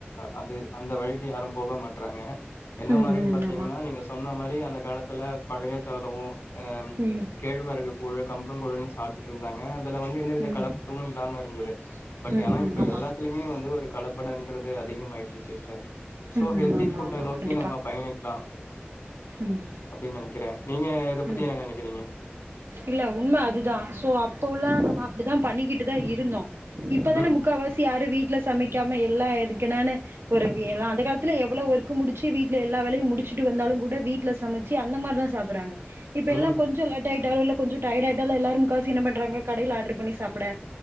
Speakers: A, on the left; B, on the right.
A: அந்த அந்த வழிக்கு யாரும் போக மாட்டறாங்க என்ன
B: ம்
A: மாதின்னு
B: ம்
A: பாத்தீங்கன்னா
B: ஆமா
A: நீங்க சொன்ன மாதிரி அப்டி அந்த காலத்துல பழைய சாதம் அஹ
B: ம்
A: கேழ்வரகு கூழ் கம்ம கூழ் சாப்பிட்டு இருந்தாங்க வந்து இந்தவித
B: ம்
A: காலம் எதும் இல்லாம இருந்தது பட்
B: ம்
A: ஏன்னா
B: ம்
A: இப்ப
B: ஆமா
A: எல்லாத்துயுமே வந்து ஒரு கல பட் என்றது அதிகம் ஆயிடுச்சு சிஸ்டர் சோ
B: ம்
A: ஹெல்தி
B: ஆமா
A: ஃபுட்டை
B: ஆமா
A: நோக்கி
B: கண்டிப்பா
A: நம்ம பயணிக்கலாம்
B: ம்
A: அப்படின்னு நினைக்கிறேன் நீங்க இத பத்தி
B: ம்
A: என்ன நினைக்கிறீங்க
B: இல்ல உண்மை அதுதான் சோ அப்ப உள்ளல்ல நம்ம அப்படிதான் பண்ணிக்கிட்டு தான் இருந்தோம் இப்பதான
A: ம்,
B: முக்கவாசி யாரு வீட்டு வீட்டுல சமைக்காம எல்லா எனக்கு என்னனு ஒரு எல்ல அந்த காலத்துல எவ்வளவு ஒர்க்க முடிச்சு வீட்டுல எல்லா வேலையும் முடிச்சுட்டு வந்தாலும் கூட வீட்டுல சமைச்சு அந்த மாதிரிதான் சாப்பிடுறாங்க இப்ப எல்லாம்
A: ம்.
B: கொஞ்சம் ல இப்ப கொஞ்சம் டையர்ட் ஆயிட்டால எல்லாரரும் முக்காவாசி என்ன பண்றாங்க கடையில் ஆர்டர் பண்ணி சாப்பிட